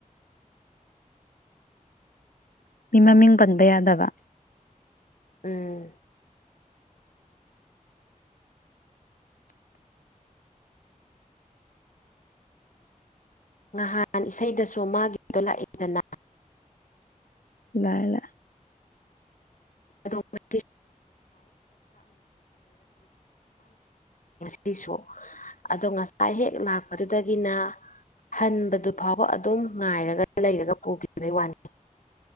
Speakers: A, on the left; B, on the left.
A: ꯃꯤ ꯃꯃꯤꯡ ꯀꯟꯕ ꯌꯥꯗꯕ
B: ꯎꯝ ꯅꯍꯥꯟ ꯏꯁꯩꯗꯁꯨ ꯃꯥꯒꯤꯗꯣ ꯂꯥꯛꯏꯦꯗꯅ
A: ꯂ ꯂꯩ
B: <unintelligible> ꯁꯤꯁꯨ ꯑꯗꯣ ꯉꯁꯥꯏ ꯍꯦꯛ ꯂꯥꯛꯄꯗꯨꯗꯒꯤꯅ ꯍꯟꯕꯗꯨ ꯐꯥꯎꯕ ꯑꯗꯨꯝ ꯉꯥꯏꯔꯒ ꯂꯩꯔꯒ ꯄꯨꯈꯤꯕꯩ ꯋꯥꯅꯤ